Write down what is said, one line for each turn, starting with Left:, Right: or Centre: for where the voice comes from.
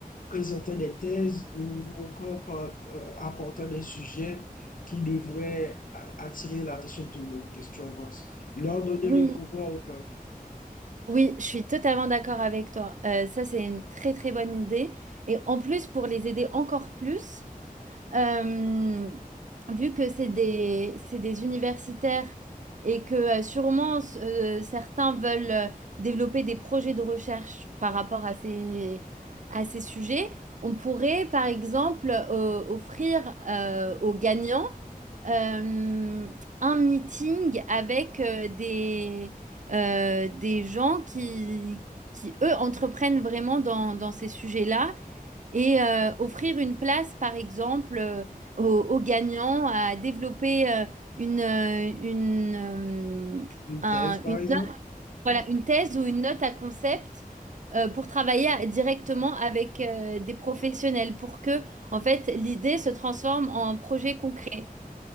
Left: présentant des thèses ou encore par- euh, apportant des sujets qui devrait attirer l'attention de tout le monde. Qu'est-ce que tu en penses? Leur donner
Right: Oui,
Left: le pouvoir au peuple.
Right: oui, je suis totalement d'accord avec toi. Euh, ça, c'est une très très bonne idée. Et en plus, pour les aider encore plus, Euh, vu que c'est des, c'est des universitaires et que euh, sûrement s- euh, certains veulent euh, développer des projets de recherche par rapport à ces, à ces sujets, on pourrait par exemple euh, offrir euh, aux gagnants euh, un meeting avec euh, des, euh, des gens qui, qui, eux, entreprennent vraiment dans, dans ces sujets-là et euh, offrir une place, par exemple, euh, aux, aux gagnants à développer euh, une, euh, une, euh,
Left: Une
Right: un-
Left: thèse, par
Right: une
Left: exemple.
Right: note, voilà, une thèse ou une note à concept euh, pour travailler à- directement avec euh, des professionnels pour que, en fait, l'idée se transforme en projet concret.